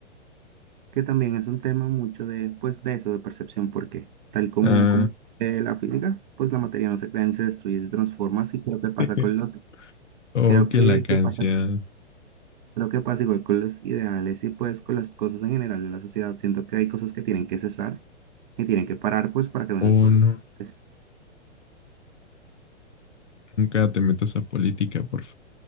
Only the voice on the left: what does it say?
Ah,
<laughs>
o
que
la canción.
Oh,
no.
Nunca te metas a política, por favor.